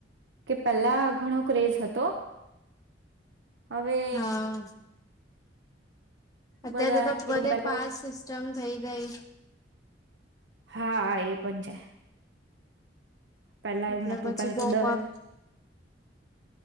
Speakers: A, on the right (about 75°); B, on the left (about 20°).
A: કે પેલા ઘણો ક્રેઝ હતો. હવે.
B: હા અત્યારે
A: બધા
B: તો બધે પાસ
A: તો
B: સિસ્ટમ. થઈ ગઈ.
A: હા એ પણ છે. પેલા એવું
B: એટલે
A: નતું
B: પછી
A: પેલા તો
B: બહુ
A: દર.
B: પબ